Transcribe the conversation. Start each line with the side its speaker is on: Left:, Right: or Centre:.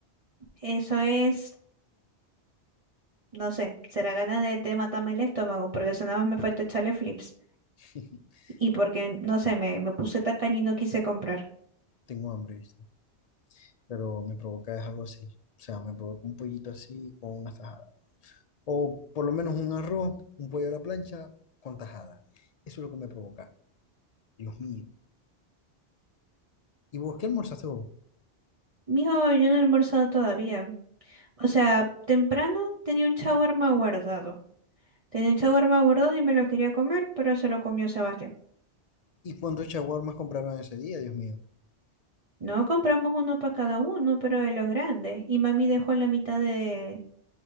Right: Eso es, no sé, será ganas de, de matarme el estómago, porque eso nada más me falta echarle flips.
Left: <laughs>
Right: y porque, no sé, me, me puse tacaña y no quise comprar.
Left: Tengo hambre, ¿viste? Pero me provoca es algo así. O sea, me provoca un pollito así con unas tajadas. O por lo menos un arroz, un pollo a la plancha con tajadas. Eso es lo que me provoca. Dios mío. ¿Y vos qué almorzaste vos?
Right: Mijo, yo no he almorzado todavía. O sea, temprano tenía un shawarma guardado. Tenía un shawarma guardado y me lo quería comer, pero se lo comió Sebastián.
Left: ¿Y cuántos shawarmas compraron ese día, Dios mío?
Right: No compramos uno para cada uno, pero de los grandes. Y mami dejó la mitad de,